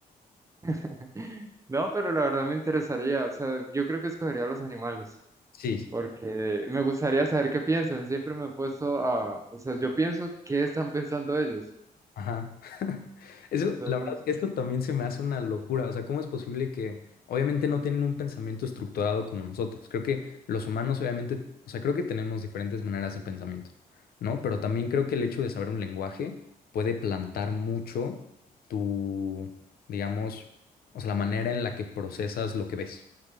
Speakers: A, on the right; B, on the left.
A: <laughs> No, pero la verdad me interesaría. O sea, yo creo que escogería los animales,
B: Sí,
A: porque me gustaría saber qué piensan. Siempre me he puesto a, o sea, yo pienso qué están pensando ellos.
B: Ajá. <laughs> Eso,
A: Es algo
B: la verdad,
A: ch-
B: esto también se me hace una locura. O sea, ¿cómo es posible que obviamente no tienen un pensamiento estructurado como nosotros? Creo que los humanos, obviamente, o sea, creo que tenemos diferentes maneras de pensamiento, ¿no? Pero también creo que el hecho de saber un lenguaje puede plantar mucho tu, digamos, o sea, la manera en la que procesas lo que ves,